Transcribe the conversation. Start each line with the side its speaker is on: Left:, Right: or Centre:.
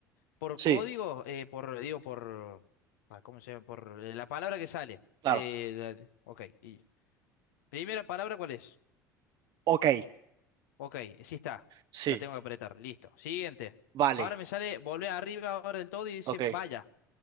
Left: por
Right: Sí,
Left: código, eh, por, digo, por, ah, ¿cómo se llama? Por eh, la palabra que sale.
Right: claro.
Left: De, de- de- ok. Y, primera palabra, ¿cuál es?
Right: Ok,
Left: Ok, sí está.
Right: sí,
Left: La tengo que apretar. Listo. Siguiente.
Right: vale,
Left: Ahora me sale, volver arriba ahora del todo y dice
Right: ok.
Left: vaya,